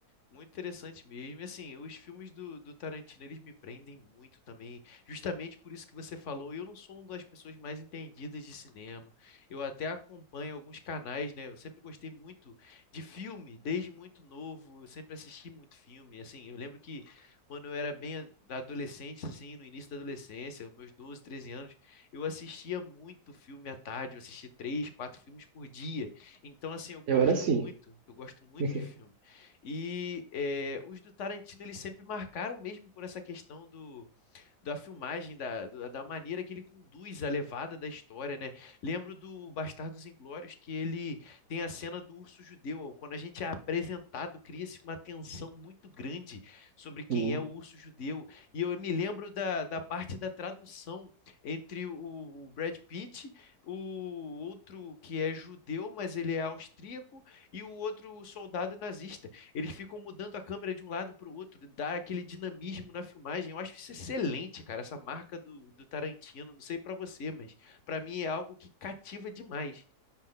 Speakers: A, on the left; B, on the right.
A: Muito interessante mesmo. E assim, os filmes do, do Tarantino, eles me prendem muito também, justamente por isso que você falou. Eu não sou uma das pessoas mais entendidas de cinema. Eu até acompanho alguns canais, né? Eu sempre gostei muito de filme, desde muito novo. Eu sempre assisti muito filme. Assim, eu lembro que quando eu era bem a- da adolescente, assim, no início da adolescência, meus 12 13 anos, eu assistia muito filme à tarde. Eu assistia três, quatro filmes por dia. Então, assim, eu gosto
B: Eu era assim.
A: muito. Eu gosto muito
B: <laughs>
A: de filme. E é, os do Tarantino eles sempre marcaram mesmo por essa questão do, da filmagem, da, da da maneira que ele conduz a levada da história, né? Lembro do Bastardos Inglórios que ele tem a cena do urso judeu. Quando a gente é apresentado, cria-se uma tensão muito grande sobre quem
B: Sim,
A: é o urso judeu. E eu me lembro da, da parte da tradução entre o, o Brad Pitt, o outro que é judeu, mas ele é austríaco, e o outro soldado nazista eles ficam mudando a câmera de um lado para o outro, dá aquele dinamismo na filmagem. Eu acho isso excelente, cara, essa marca do, do Tarantino. Não sei para você, mas para mim é algo que cativa demais.